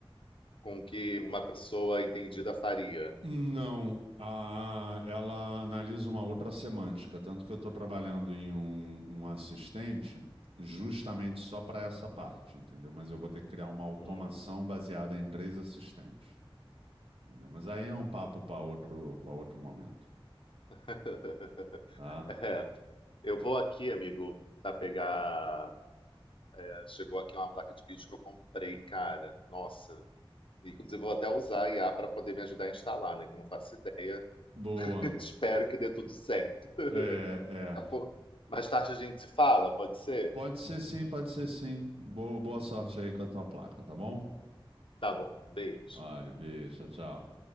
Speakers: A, on the left; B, on the right.
A: com o que uma pessoa entendida faria?
B: Não, a- ela analisa uma outra semântica, tanto que eu estou trabalhando em um, um assistente justamente só para essa parte, entendeu? Mas eu vou ter que criar uma automação
A: Hum.
B: baseada em três assistentes, entendeu? Mas aí é um papo para outro, para outro momento,
A: <laughs>
B: tá?
A: É. Eu vou aqui, amigo, tentar pegar. é, Chegou aqui uma placa de vídeo que eu comprei, cara. Nossa. E, Inclusive, vou até usar a IA para poder me ajudar a instalar, né? Que eu não faço ideia.
B: Boa.
A: <laughs> Espero que dê tudo certo.
B: É, é.
A: Tá bom? Mais tarde a gente se fala, pode ser?
B: Pode ser sim, pode ser sim. Boa, boa sorte aí com a tua placa, tá bom?
A: Tá bom. Beijo.
B: Olha, beijo, tchau, tchau.